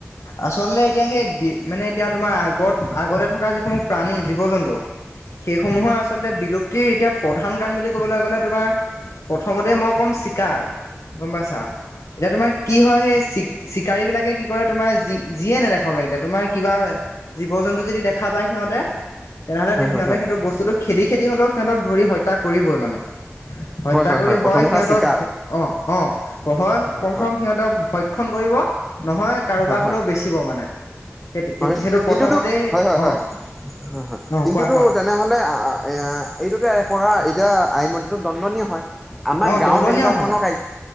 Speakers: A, on the left (about 80°); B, in the centre.
A: আচলতে এতিয়া সেই বি মানে এতিয়া তোমাৰ আগত, আগতে থকা যিসমূহ প্ৰাণী, জীৱ-জন্তু সেইসমূহৰ আচলতে বিলুপ্তিৰ এতিয়া প্ৰধান কাম বুলি ক'বলৈ গ'লে তোমাৰ প্ৰথমতে মই ক'ম চিকাৰ, গম পাইছা। এতিয়া তোমাৰ কি হয় সেই চিকা চিকাৰী বিলাকে কি কৰে তোমাৰি যি, যিয়ে নেদেখক লাগেলে, তোমাৰ কিবা জীৱ-জন্তু যদি দেখা দেখা পায় সিহঁতে, তেনেহ'লে
B: হয়
A: সিহঁতে
B: হয় হয়
A: সেইটো বস্তুটো খেদি, খেদি হ'লেও সিহঁতক ধৰি হত্যা কৰিবই মানে। হত্যা
B: হয়
A: কৰি
B: প্ৰথম
A: হয়
B: কথা
A: সিহঁতক
B: চিকাৰ
A: আহ, আহ পহয়,
B: হয়
A: প্ৰথম
B: হয়
A: সিহঁতক ভক্ষ ণ কৰিব, নহয় কাৰোবাক
B: হয় হয়
A: হ'লেও বেচিব মানে। সেই
B: হয়
A: সেইটো
B: কিন্তুটো,
A: প্ৰথমতেই
B: হয়, হয়, হয়।
A: অঁ
B: হয়, হয়
A: অঁ
B: কিন্তুটো
A: কোৱা কোৱা
B: তাত তেনেহ'লে আ আ এয়া, এইটোতো কৰা এতিয়া আইন মতেটো দণ্ডনীয় হয়। আমাৰ
A: অঁ
B: গাঁৱত
A: দণ্ডনীয়
B: তেনেকুৱা
A: হয়
B: ধৰণৰ কাৰ,